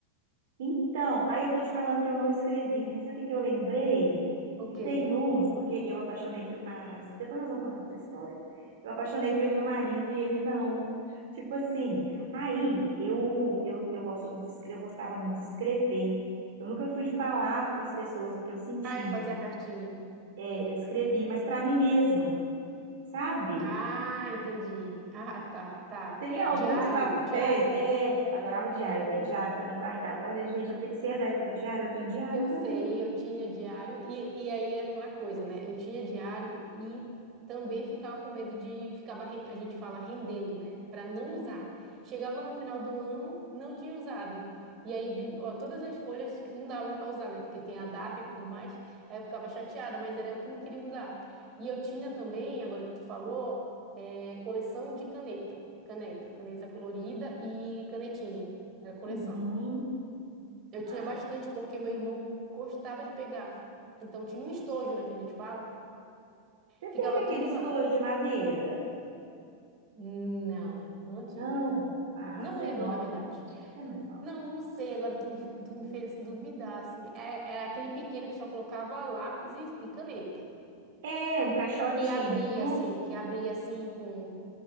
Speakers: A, on the right; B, on the right.
A: Então, aí eu tô te falando que eu não escrevi, né? Sabe o que que eu lembrei?
B: O
A: Que
B: quê?
A: tem uns, porque eu apaixonei pelo. Ah, isso... depois nós vamos contar essa história. Eu apaixonei pelo meu marido e ele não. Tipo assim, aí eu eu, eu gosto muito de, escre- eu gostava muito de escrever. Eu nunca fui de falar para as pessoas o que eu sentia.
B: Ah, eu fazia a cartinha.
A: é, eu escrevia, mas para mim mesma, sabe?
B: Ah, entendi. Ah, tá, tá.
A: Tem alguns
B: Diário,
A: papéis.
B: diário.
A: É, adorava diário, eu tenho diário também guardado. Olha, gente, eu tenho, você é da época do diário? Eu tenho diário
B: Eu
A: também.
B: sei, eu tinha diário, e, e aí é aquela coisa, né? Eu tinha diário e também ficava com medo de, ficava, re- a gente fala, rendendo, né? Para não usar. Chegava no final do ano, não tinha usado. E aí, de- ó, todas as folhas não dava mais para usar, né? Porque tem a data e tudo mais. Aí eu ficava chateada, mas era eu que não queria usar. E eu tinha também, agora que tu falou, eh, coleção de caneta. Caneta, caneta colorida e canetinha. Era coleção.
A: Uhum.
B: Eu tinha
A: Ah,
B: bastante, porque meu irmão gostava de pegar. Então tinha um estojo, né, que a gente fala.
A: você teve
B: Ficava
A: aquele
B: tudo
A: estojo
B: lá.
A: de madeira?
B: Não, não tive.
A: Não. Ah,
B: Não
A: você
B: lembro,
A: é nova.
B: na verdade.
A: Você é mais nova.
B: Não, não sei. Agora tu me, fe- tu me fez assim, duvidar, assim. É- Era aquele pequeno que só colocava lápis e, e caneta.
A: É, um caixotinho.
B: Que abria, assim, que abria, assim, com...